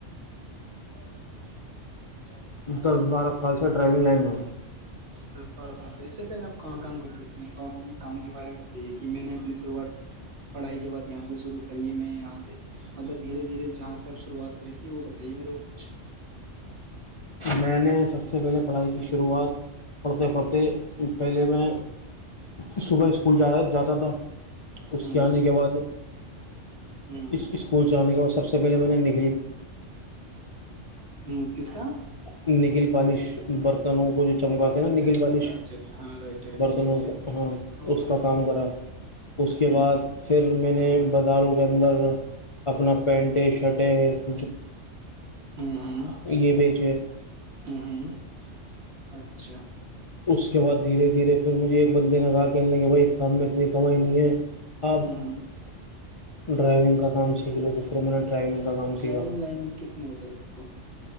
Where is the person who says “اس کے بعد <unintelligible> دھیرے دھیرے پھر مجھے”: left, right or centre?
Left